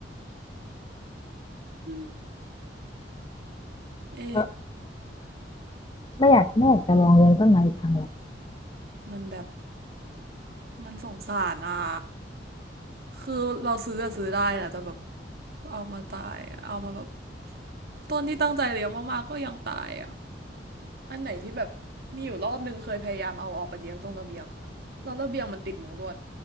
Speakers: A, on the right; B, on the left.
A: อืเออ
B: เออไม่อยากไม่อยากจะลองเลี้ยงต้นไม้อีกครั้งหรอก
A: อืมมันแบบมันสงสารอ่ะ คือเราซื้ออะซื้อได้นะแต่แบบเอามาตายเอามาแบบต้นที่ตั้งใจเลี้ยงมากๆก็ยังตายอะอันไหนที่แบบมีอยู่รอบนึงเคยพยายามเอาออกไปเลี้ยงตรงระเบียงแล้วระเบียงมันติดมุงลวด